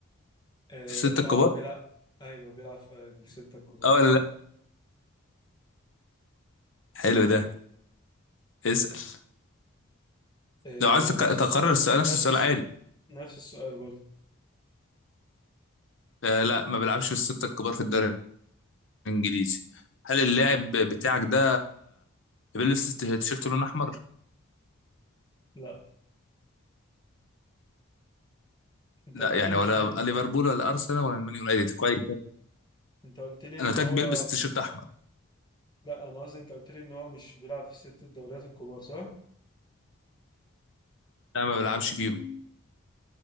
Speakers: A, on the left (about 20°); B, on the left (about 60°).
A: اه
B: في الستة الكبار
A: آه، بيلعب ايوه بيلعب في الستة الكبار
B: اه ولا لا حلو ده اسأل
A: آه
B: لو عايز تك-
A: نفس الس...
B: تكرر السؤال نفس
A: نفس
B: السؤال
A: الس...
B: عادي
A: نفس السؤال برضه
B: آه لا ما بيلعبش في الستة الكبار في الدوري الإنجليزي هل اللاعب بتاعك ده بيلبس تيشيرت لون أحمر
A: لا انت
B: لا
A: قلت
B: يعني
A: لي
B: ولا
A: مش بي...
B: ليفربول ولا أرسنال ولا المان يونايتد كويس
A: انت قلت لي ان
B: أنا قلت
A: هو
B: لك بيلبس تيشيرت أحمر
A: لا انا قصدي انت قلت لي ان هو مش بيلعب في ست الدوريات الكبار صح؟
B: لا ما بيلعبش فيهم